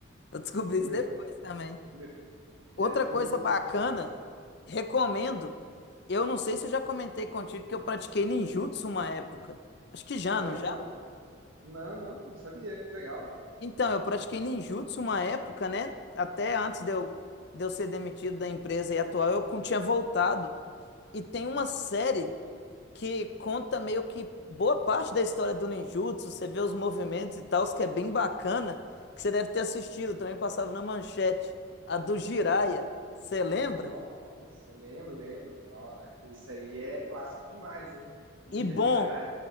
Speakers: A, on the left (about 55°); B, on the right (about 80°).
A: Eu descobri
B: que coisa,
A: isso depois
B: né?
A: também.
B: Meu,
A: Outra
B: é, foi
A: coisa
B: tudo
A: bacana,
B: uma farsa.
A: recomendo. Eu não sei se eu já comentei contigo que eu pratiquei ninjutsu uma época. Acho que já,
B: Olha,
A: não já?
B: não, não, não, não sabia. Que legal.
A: Então, eu pratiquei ninjutsu uma época, né? Até antes de eu, de eu ser demitido da empresa e atual, eu con- tinha voltado. E tem uma série que conta meio que boa parte da história do ninjutsu. Você vê os movimentos e tal, que é bem bacana, que você deve ter assistido. Também passava na manchete. A do Jiraiya. Você lembra?
B: Nossa, lembro, lembro. Nossa, isso aí é clássico demais, hein? Ninja
A: E bom.
B: Jiraiya.